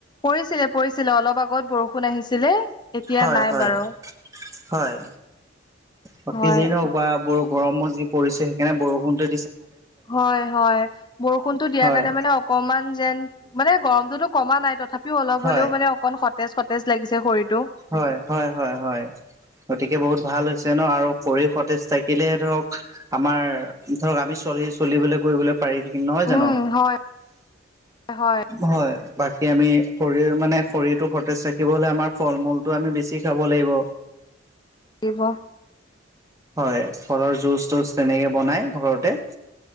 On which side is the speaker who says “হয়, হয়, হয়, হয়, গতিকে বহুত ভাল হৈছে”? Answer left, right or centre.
Right